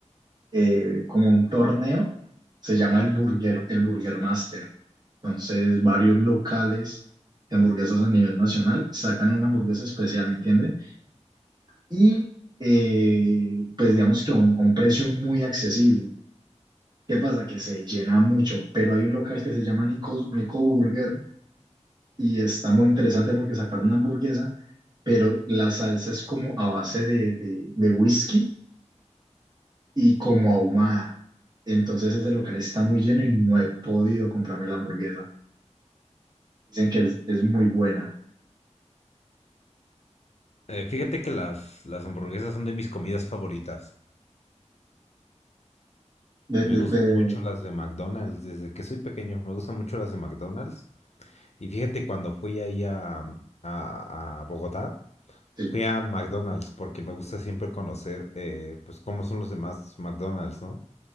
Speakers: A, on the right; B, on the left.
A: eh, como un torneo, se llama el Burger, el Burger Master. Entonces, varios locales de hamburguesas a nivel nacional sacan una hamburguesa especial, ¿me entiendes? Y, eh, pues, digamos que a un a un precio muy accesible. ¿Qué pasa? Que se llena mucho, pero hay un local que se llama Nico, Nico Burger y está muy interesante porque sacaron una hamburguesa, pero la salsa es como a base de, de, de whisky y como ahumada. Entonces ese local está muy lleno y no he podido comprarme la hamburguesa. Dicen que es, es muy buena.
B: Eh, fíjate que las, las hamburguesas son de mis comidas favoritas.
A: De,
B: Me
A: de-
B: gustan
A: de-
B: mucho las de McDonald's, desde que soy pequeño, me gustan mucho las de McDonald's. Y fíjate, cuando fui ahí a, mm, a- a Bogotá,
A: sí,
B: fui al McDonald's porque me gusta siempre conocer, eh, pues, cómo son los demás McDonald's, ¿no?